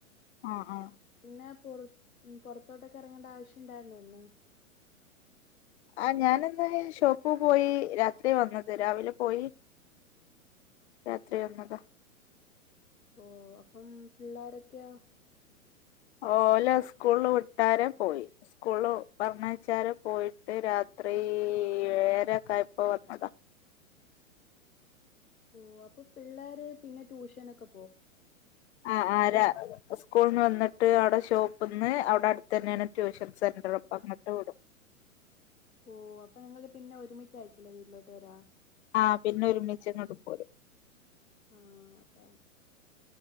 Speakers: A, on the left; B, on the left.
A: ആഹ് ആഹ്
B: പിന്നെ പുറ പുറത്തോട്ടൊക്കെ ഇറങ്ങണ്ട ആവശ്യം ഇണ്ടായിരുന്നോ ഇന്ന്
A: ആഹ് ഞാനിന്ന് ഷോപ്പൂ പോയി രാത്രി വന്നത് രാവിലെ പോയി രാത്രി വന്നതാ
B: ഓ അപ്പം പിള്ളോരൊക്കെയോ
A: ഓല സ്കൂളില് വിട്ടാരെ പോയി സ്കൂള് പറഞ്ഞ വച്ചാല് പോയിട്ട് രാത്രി ഏഴരൊക്കെആയപ്പോ വന്നതാ
B: ഓ അപ്പൊ പിള്ളേർ പിന്നെ ട്യൂഷനക്കെ
A: ആഹ് ആരാ സ്കൂൾന്ന് വന്നിട്ട് അവിടെ ഷോപ്പിൽ നിന്ന് അവിടെ അടുത്ത് തന്നെയാണ് ട്യൂഷൻ സെന്റർ അപ്പം അങ്ങട്ട് വിടും
B: ഓഹ് അപ്പൊ നിങ്ങള് പിന്നെ ഒരുമിച്ചയിരിക്കുംല്ലേ വീട്ടിലോട്ട് വരാ
A: ആഹ് പിന്നെ ഒരുമിച്ച് ഇങ്ങോട്ട് പോരും
B: ആഹ് അതാണ്